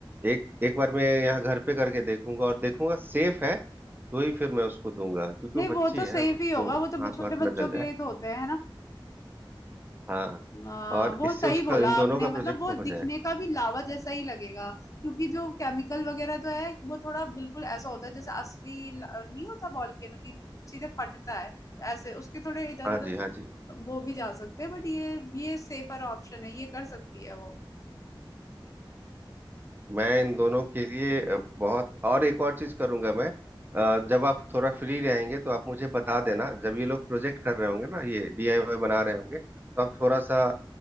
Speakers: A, on the right; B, on the left.
A: एक एक बार मैं यहाँ घर पे करके देखूंगा और देखूंगा सेफ है तो ही फिर मैं उसको दूंगा क्योंकि
B: नहीं
A: वो बच्ची
B: वो तो
A: है
B: सेफ
A: उसको
B: ही होगा वो तो
A: हाथ
B: छोटे
A: वाथ न
B: बच्चों
A: जल
B: के
A: जाए
B: लिए ही तो होते हैं है ना
A: हाँ
B: हाँ,
A: और
B: वो
A: इससे
B: सही
A: उसका
B: बोला
A: इन दोनों
B: आपने
A: का
B: मतलब
A: प्रोजेक्ट
B: वो
A: हो
B: दिखने
A: जाएगा
B: का भी लावा जैसा ही लगेगा क्योंकि जो केमिकल वगैरह तो है वो थोड़ा बिल्कुल ऐसा होता है जैसे असली ल- नहीं होता वॉल्केनो की सीधे फटता है ऐसे उसके थोड़े इधर
A: हाँ
B: उधर
A: जी हाँ जी
B: वो भी जा सकते हैं बट ये ये सेफर ऑप्शन है ये कर सकती है वो
A: मैं इन दोनों के लिए अ, बहुत और एक और चीज करूंगा मैं अ, जब आप थोड़ा फ्री रहेंगे तो आप मुझे बता देना जब ये लोग प्रोजेक्ट कर रहे होंगे ना ये डीआईवाई बना रहे होंगे तो आप थोड़ा सा